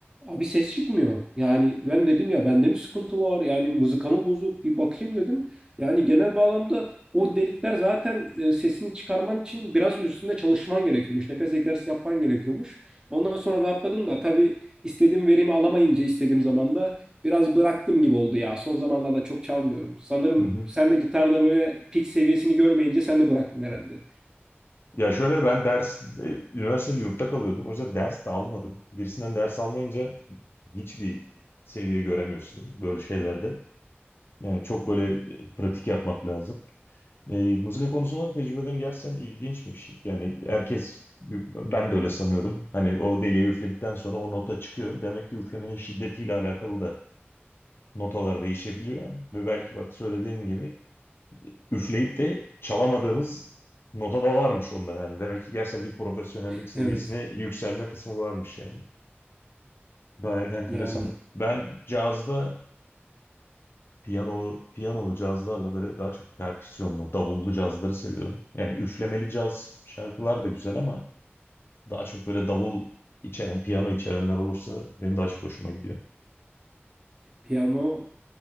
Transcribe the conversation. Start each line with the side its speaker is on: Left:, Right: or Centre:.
Right: abi ses çıkmıyor. Yani ben dedim ya bende mi sıkıntı var yani mızıkamı bozuk bir bakayım dedim. Yani genel bağlamda o delikler zaten e, sesini çıkarman için biraz üstünde çalışman gerekiyormuş. Nefes egzersizi yapman gerekiyormuş. Ondan sonra rahatladım da tabii istediğim verimi alamayınca istediğim zaman da biraz bıraktım gibi oldu ya. Son zamanlarda çok çalmıyorum. Sanırım
Left: Hı hı.
Right: sen de gitarda böyle pik seviyesini görmeyince sen de bıraktın herhalde.
Left: Ya şöyle ben ders, e, üniversitede yurtta kalıyordum. O yüzden ders de almadım. Birisinden ders almayınca hiçbir seviye göremiyorsun böyle şeylerde. Yani çok böyle e, pratik yapmak lazım. E, mızıka konusunda tecrübelerin gerçekten ilginçmiş. Yani herkes, ben de öyle sanıyordum. Hani o deliğe üfledikten sonra o nota çıkıyor. Demek ki üflemenin şiddetiyle alakalı da notalar değişebiliyor. Ve belki bak söylediğin gibi üfleyip de çalamadığımız nota da varmış onda yani. Demek ki gerçekten bir profesyonellik
Right: <laughs>
Left: seviyesine
Right: Evet.
Left: yükselme kısmı varmış yani. Gayet enteresan.
Right: Yani
Left: Ben cazda Piyanolu, piyanolu cazlarla böyle daha çok perküsyonlu, davullu cazları seviyorum. Yani üflemeli caz şarkılar da güzel ama daha çok böyle davul içeren, piyano içerenler olursa benim daha çok hoşuma gidiyor.
Right: Piyano